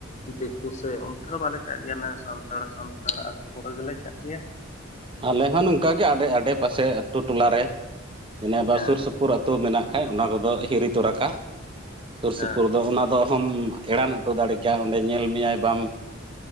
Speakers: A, on the left; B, on the right.
A: ᱫᱤᱠᱩ ᱥᱮᱜ ᱚᱱᱛᱮ ᱫᱚ ᱵᱟᱞᱮ ᱪᱟᱜ ᱜᱮᱭᱟ ᱱᱮ ᱥᱟᱱᱛᱟᱲ ᱥᱟᱱᱛᱟᱲ ᱟᱹᱛᱩ ᱠᱚᱨᱮ ᱜᱮᱞᱮ ᱪᱟᱜ ᱜᱮᱭᱟ ᱾
B: ᱟᱞᱮ ᱦᱚᱸ ᱱᱚᱝᱠᱟ ᱜᱮ ᱟᱰᱮ-ᱟᱰᱮ ᱯᱟᱥᱮ ᱟᱹᱛᱩ ᱴᱚᱞᱟ ᱨᱮ ᱡᱮᱱᱮ ᱵᱟ
A: ᱦᱮᱸ
B: ᱥᱩᱨ ᱥᱩᱯ ᱥᱩᱯᱩᱨ ᱟᱹᱛᱩ ᱜᱮ ᱱᱟᱜ ᱠᱷᱟᱡ ᱚᱱᱟ ᱠᱚᱫᱚ ᱦᱤᱨᱤ ᱛᱚᱨᱟ ᱠᱟᱜ ᱥᱩᱨ
A: ᱦᱮᱸ
B: ᱥᱩᱯᱩᱨ ᱫᱚ ᱚᱱᱟ ᱫᱚ ᱦᱚᱢ ᱮᱲᱟᱱ ᱚᱴᱚ ᱫᱟᱲᱮ ᱠᱮᱭᱟ ᱚᱸᱰᱮ ᱧᱮᱞ ᱢᱮᱭᱟᱭ ᱵᱟᱢ